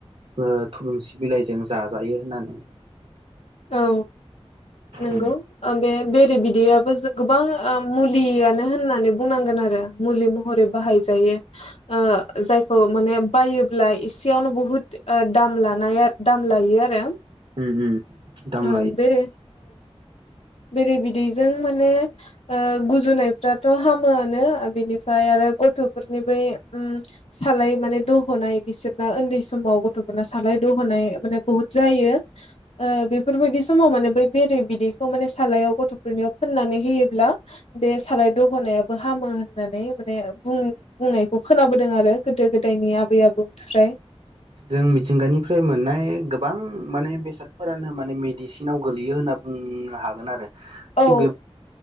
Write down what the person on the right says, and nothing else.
ओ थुलुंसि बिलाइजों जाजायो होननानै <inaudible>
उम
उम उम दाम
लायो
<inaudible>
जों मिथिंगानिफ्राय मोननाय गोबां माने बेसादफोरानो माने मेडिसिनाव गोलैयो होनना उम हागोन आरो
थिग बे